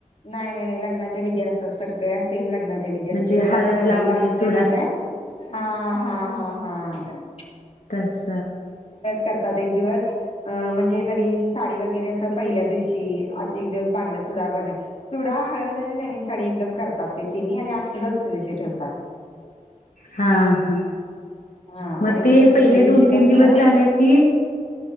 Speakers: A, on the left (about 50°); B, on the left (about 80°).
A: नाही नाही नाही लग्नाच्या विधी असतात. सगळ्या सेम लग्नाच्या विधी
B: म्हणजे
A: जस
B: हळद
A: आपण नवररीला
B: लावणे
A: आणतोय
B: चुडा
A: माहिती हाय. हा हा हा हां.
B: तस
A: करतात एक दिवस अं म्हणजे नवीन साडी वगैरे असं पहिल्या दिवशी एक दिवस बांगड्यात चुडा बर चुडा, हळद आणि नवीन साडी एकदम करतात ते तिन्ही आणि अक्षता दुसरीशी ठेवतात.
B: हा, हा.
A: हा
B: मग
A: आणि
B: ते
A: तिसऱ्या
B: पहिले
A: दिवशीपासन
B: दोन तीन दिवस झाले. की